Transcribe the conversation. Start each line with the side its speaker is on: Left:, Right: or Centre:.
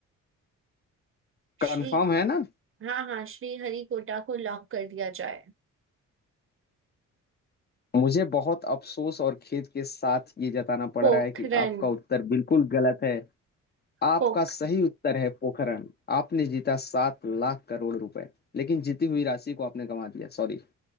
Right: श्री
Left: कंफर्म है ना
Right: हाँ हाँ श्री हरिकोटा को लॉक कर दिया जाए
Left: मुझे बहुत अफसोस और खेद के साथ ये जताना पड़
Right: पोखरन
Left: रहा है कि आपका उत्तर बिल्कुल गलत है आपका
Right: पोखरन
Left: सही उत्तर है पोखरण आपने जीता सात लाख करोड़ रुपए लेकिन जीती हुई राशि को आपने गंवा दिया सॉरी <laughs>